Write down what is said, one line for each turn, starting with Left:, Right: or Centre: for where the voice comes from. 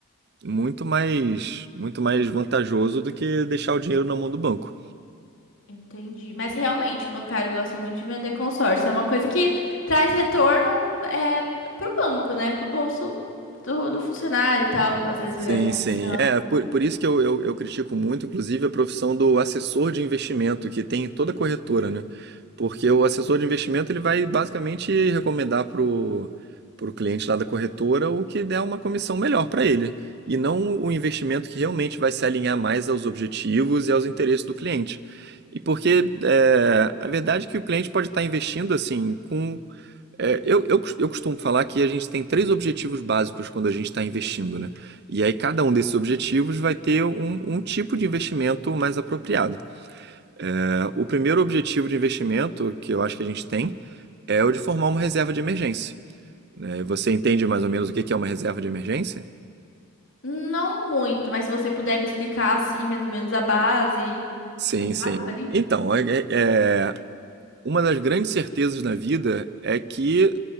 Right: Muito mais, muito mais vantajoso do que deixar o dinheiro na mão do banco.
Left: Entendi. Mas realmente, o bancário gosta muito de vender consórcio. É uma coisa que traz retorno é, pro banco, né? Pro bolso do, do funcionário e tal. Às vezes
Right: Sim,
Left: ganha comissão.
Right: sim. É, por, por isso que eu, eu, eu critico muito, inclusive, a profissão do assessor de investimento, que tem em toda corretora, né? Porque o assessor de investimento ele vai basicamente recomendar pro, pro cliente lá da corretora o que der uma comissão melhor para ele, e não o investimento que realmente vai se alinhar mais aos objetivos e aos interesses do cliente. E porque é, a verdade é que o cliente pode estar investindo assim com é, eu, eu, cos- eu costumo falar que a gente tem três objetivos básicos quando a gente está investindo, né? E aí cada um desses objetivos vai ter um, um tipo de investimento mais apropriado. É, o primeiro objetivo de investimento que eu acho que a gente tem é o de formar uma reserva de emergência. né? Você entende mais ou menos o que que é uma reserva de emergência?
Left: Não muito, mas se você puder me explicar assim, mais ou menos a base,
Right: Sim,
Left: o básico
Right: sim.
Left: ali.
Right: Então, é- é- é, uma das grandes certezas na vida é que